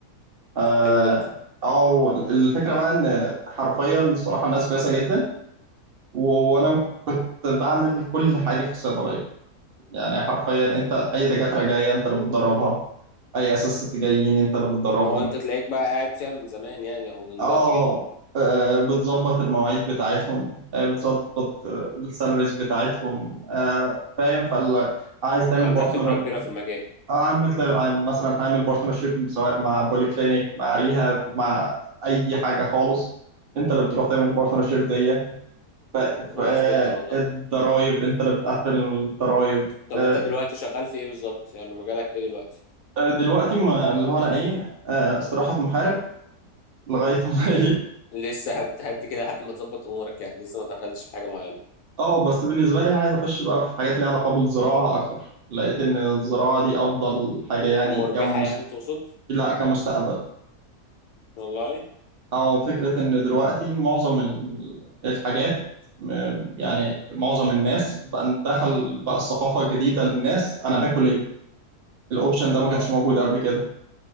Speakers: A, on the right; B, on the left.
A: اه
B: حلو جدا
A: أو الفكره بقى ان حرفيا الصراحه الناس كويسه جدا و- وانا كنت بعمل كل حاجه في الصيدليه يعني حرفيا انت اي دكاتره جايه انت اللي بتدربها اي اساس جايين انت اللي بتدربهم
B: ما هو انت تلاقيك بقى قاعد فيها من زمان يعني او من
A: اه
B: بدري جدا
A: آه، بتظبط المواعيد بتاعتهم آه، بتظبط السالاريز بتاعتهم آه، فاهم فعايز تعمل
B: عندك
A: بارتنر
B: خبرة كبيرة في المجال
A: اه عملت مثلا هعمل بارتنرشيب سواء مع بولي كلينيك مع ريهاب مع اي حاجه خالص انت اللي بتروح تعمل البارتنرشيب دي ف- ف-
B: كويس
A: آه،
B: جدا والله
A: الضرايب انت اللي بتقفل الضرايب
B: طب
A: آه،
B: انت دلوقتي شغال في ايه بالظبط يعني مجالك ايه دلوقتي
A: آه، دلوقتي ما اللي هو انا ايه آه، استراحه محارب لغايه ما
B: ل-
A: <laughs> ايه
B: لسه هتهدي كده لحد ما تظبط امورك يعني لسه ما دخلتش في حاجة معينة
A: اه بس بالنسبه لي عايز اخش بقى في حاجات ليها علاقه بالزراعه اكتر لقيت ان الزراعه دي افضل حاجه يعني
B: مربحة
A: كمست...
B: يعني تقصد
A: لا كمستقبل
B: والله
A: أو فكرة إن دلوقتي معظم ال- الحاجات م- يعني معظم الناس بقى دخل بقى الثقافة الجديدة للناس أنا باكل إيه؟ الأوبشن ده ما
B: اه
A: كانش موجود قبل كده